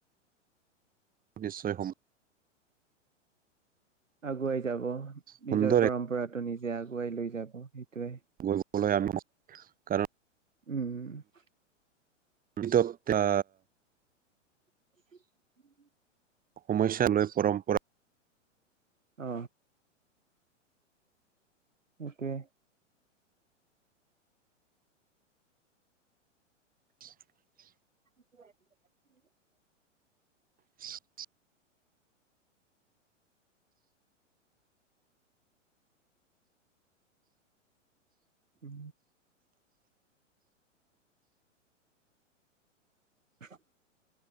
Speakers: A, on the right (about 20°); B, on the right (about 85°).
A: নিশ্চয়
B: আগুৱাই যাব
A: সুন্দৰ
B: নিজৰ পৰম্পৰাত টো নিজে আগুৱাই লৈ যাব সেইটোৱে
A: গৈ সকলোৱে আমি কাৰণ
B: উম
A: বিতপ্ আ
B: <unintelligible>
A: সমস্যা লৈ পৰম্পৰা
B: অ একে
A: <unintelligible>
B: <unintelligible>
A: <unintelligible>
B: উম <unintelligible>